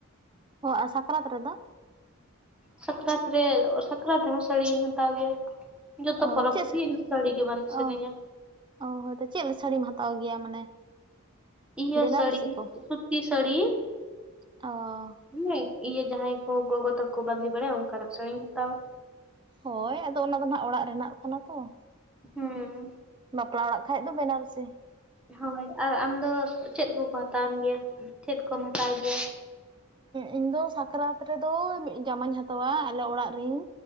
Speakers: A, on the right (about 20°); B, in the centre.
A: ᱦᱮᱸ ᱟᱨ ᱥᱟᱠᱨᱟᱛ ᱨᱮᱫᱚ?
B: ᱥᱟᱠᱨᱟᱛ ᱨᱮ, ᱥᱟᱠᱨᱟᱛ ᱨᱮᱦᱚᱸ ᱥᱟᱹᱲᱤ ᱜᱤᱧ ᱦᱟᱛᱟᱣ ᱜᱮᱭᱟ᱾ ᱡᱚᱛᱚ
A: ᱚ
B: ᱯᱚᱨᱚᱵᱽ
A: ᱪᱮᱫ
B: ᱨᱮᱜᱮ ᱤᱧ ᱥᱟᱹᱲᱤ ᱜᱮ ᱵᱟᱸᱫᱮ ᱥᱟᱱᱟᱧᱟ
A: ᱚ
B: ᱾
A: ᱚ, ᱦᱚᱭᱛᱚ ᱪᱮᱫ ᱥᱟᱹᱲᱤᱢ ᱦᱟᱛᱟᱣ ᱜᱮᱭᱟ ᱢᱟᱱᱮ?
B: ᱤᱭᱟᱹ
A: ᱵᱮᱱᱟᱨᱚᱥᱤ
B: ᱥᱟᱹᱲᱤ,
A: ᱠᱚ
B: ᱥᱩᱛᱤ ᱥᱟᱹᱲᱤ᱾
A: ᱚ
B: ᱦᱮᱸ ᱤᱭᱟᱹ ᱡᱟᱦᱟᱸᱭ ᱠᱚ ᱜᱚᱜᱚ ᱛᱟᱠᱚ ᱵᱟᱸᱫᱮ ᱵᱟᱲᱟᱭᱟ ᱚᱝᱠᱟᱱᱟᱜ ᱥᱟᱹᱲᱤᱧ ᱦᱟᱛᱟᱣᱟ᱾
A: ᱦᱳᱭ ᱟᱫᱚ ᱚᱱᱟ ᱫᱚ ᱱᱟᱦᱟᱜ ᱚᱲᱟᱜ ᱨᱮᱱᱟᱜ ᱠᱟᱱᱟ ᱛᱚ᱾
B: ᱦᱩᱸᱻ
A: ᱵᱟᱯᱞᱟ ᱚᱲᱟᱜ ᱠᱷᱟᱡ ᱫᱚ ᱵᱮᱱᱟᱨᱚᱤ᱾
B: ᱦᱳᱭ ᱟᱨ ᱟᱢᱫᱚ ᱪᱮᱫ ᱠᱚᱠᱚ ᱦᱟᱛᱟᱣᱟᱢ ᱜᱮᱭᱟ, ᱪᱮᱫ ᱠᱚᱢ ᱦᱟᱛᱟᱣ ᱜᱮᱭᱟ?
A: ᱤᱧ ᱫᱚ ᱥᱟᱠᱨᱟᱛ ᱨᱮᱫᱚ ᱢᱤᱫ ᱡᱟᱢᱟᱧ ᱦᱟᱛᱟᱣᱟ ᱟᱞᱮ ᱚᱲᱟᱜ ᱨᱤᱧ